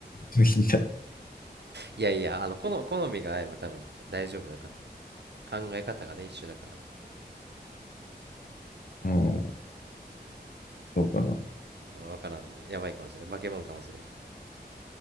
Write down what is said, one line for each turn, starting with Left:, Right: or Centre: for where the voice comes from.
Left: の日だって。
Right: いやいや、あの、この、好みが合えば多分大丈夫だから。考え方がね、一緒だから。
Left: うん、そうかな。
Right: まあわからん。やばいかもしれん。化け物かもしれん。